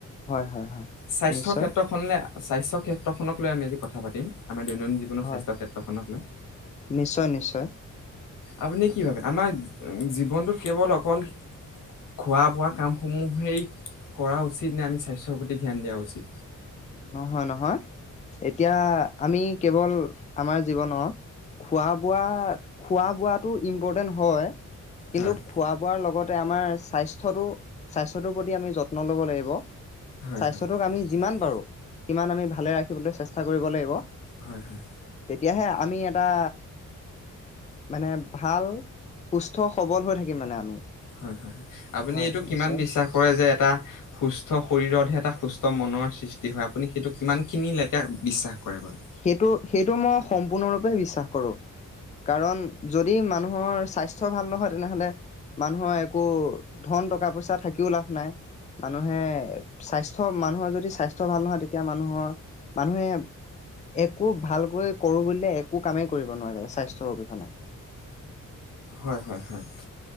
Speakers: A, on the left (about 25°); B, on the left (about 80°).
A: হয় হয় হয়
B: স্বাস্থ্যৰ
A: নিশ্চয়
B: ক্ষেত্ৰত তই শুননা স্বাস্থ্য ক্ষেত্ৰখনক লৈ আমি আজি কথা পাতিম আমাৰ দৈনন্দিন জীৱনৰ
A: হয়
B: স্বাস্থ্য ক্ষেত্ৰখনক লৈ।
A: নিশ্চয় নিশ্চয়
B: আপুনি কি ভাবে আমাৰ জীৱনটোত কেৱল অকল খোৱা বোৱা কামসমূহেই কৰা উচিত নে আমি স্বাস্থ্যৰ প্ৰতি ধ্যান দিয়া উচিত।
A: নহয়-নহয়। এতিয়া আমি কেৱল আমাৰ। জীৱনত খোৱা বোৱা খোৱা বোৱাটো ইম্পৰ্টেণ্ট হয়। কিন্তু
B: হয়
A: খোৱা বোৱাৰ লগতে আমাৰ স্বাস্থ্যটো - স্বাস্থ্যটোৰ প্ৰতি আমি যত্ন ল'ব লাগিব।
B: হয়
A: স্বাস্থ্যটোক
B: হয়।
A: আমি
B: হয়
A: ইমান বাৰো সিমান আমি ভালে ৰাখিবলৈ চেষ্টা কৰিব লাগিব।
B: হয় হয়
A: তেতিয়াহে আমি এটা মানে ভাল সুস্থ সবল হৈ থাকিম মানে আমি
B: হয় হয় আপুনি
A: হয়',
B: এইটো কিমান
A: নিশ্চয়',।
B: বিশ্বাস কৰে যে এটা সুস্থ শৰীৰতহে এটা সুস্থ মনৰ সৃষ্টি হয় আপুনি সেইটো কিমানখিনিলৈকে বিশ্বাস। কৰে বাৰু
A: সেইটো-সেইটো মই সম্পূৰ্ণৰূপে বিশ্বাস। কৰো কাৰণ যদি মানুহৰ স্বাস্থ্য ভাল নহয় তেনেহলে মানুহৰ একো ধন টকা পইচা থাকিও লাভ নাই। মানুহে স্বাস্থ্য মানুহৰ যদি স্বাস্থ্য ভাল নহয় তেতিয়া মানুহৰ -মানুহে একো ভালকৈ কৰো বুলিলে একো কামে কৰিব নোৱাৰে স্বাস্থ্যৰ অবিহনে।
B: হয় হয় হয়